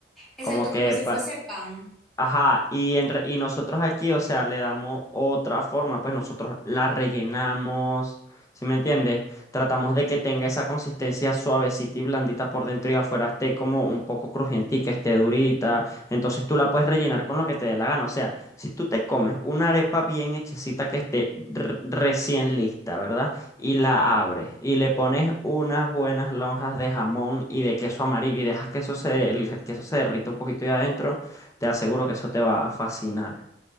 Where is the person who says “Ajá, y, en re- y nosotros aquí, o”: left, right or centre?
Left